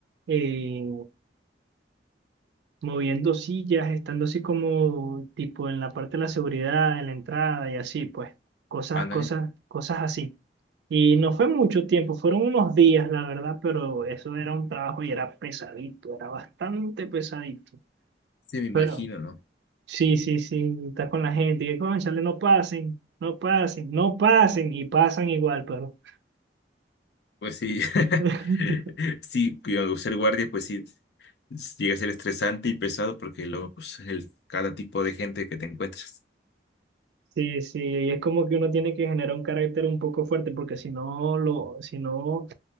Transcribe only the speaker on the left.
Ándale.
Sí, me imagino,
¿no?
Pues sí, <laughs>
sí, cuidado, ser guardia, pues sí, llega a ser estresante y pesado porque luego, pues, el, cada tipo de gente que te encuentras.